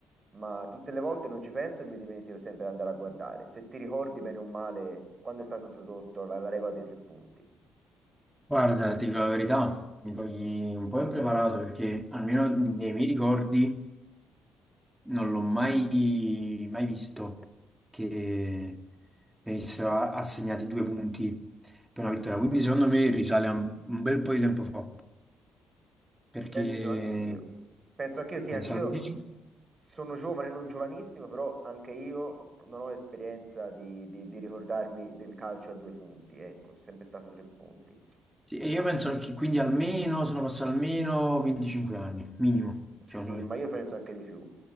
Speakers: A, on the right (about 35°); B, in the centre.
A: ma tutte le volte non ci penso e mi dimentico sempre di andare a guardare. Se ti ricordi bene o male, quando è stata introdotta la, la regola dei tre punti?
B: Guarda, ti dico la verità, mi togli un po' impreparato perché almeno nei miei ricordi non l'ho mai, mai visto che venissero a- assegnati due punti per una vittoria. Quindi secondo me risale a un un bel po' di tempo fa, perché
A: Penso anch'io. Penso anch'io, sì,
B: penso
A: anch'io
B: almeno,
A: sono giovane, non giovanissimo, però anche io non ho esperienza di, di- di ricordarmi del calcio a due punti, ecco, sempre stato tre punti.
B: sì, e io penso che quindi almeno sono passati almeno 25 anni, minimo,
A: Sì,
B: secondo me,
A: ma io penso anche di più.